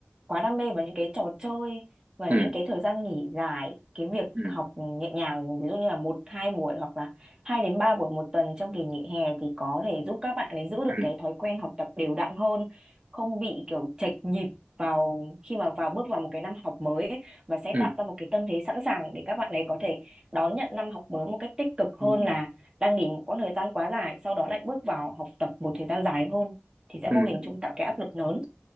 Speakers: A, on the right (about 20°); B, on the right (about 35°).
A: quá đam mê vào những cái trò chơi và
B: ừ
A: những cái thời gian nghỉ dài cái việc
B: ừ
A: học nhẹ nhàng ví dụ như là một hai buổi hoặc là hai đến ba buổi một tuần trong kỳ nghỉ hè thì có thể giúp các bạn ấy giữ được
B: ừ
A: cái thói quen học tập đều đặn hơn không bị kiểu chệch nhịp vào khi mà vào bước vào một cái năm học mới ấy, và sẽ
B: ừ
A: tạo ra một cái tâm thế sẵn sàng để các bạn ấy có thể đón nhận năm học mới một cách tích cực hơn
B: Ừ.
A: là đang nghỉ một quãng thời gian quá dài sau đó lại bước vào học tập một thời gian dài hơn thì sẽ
B: ừ
A: vô hình chung tạo cái áp lực lớn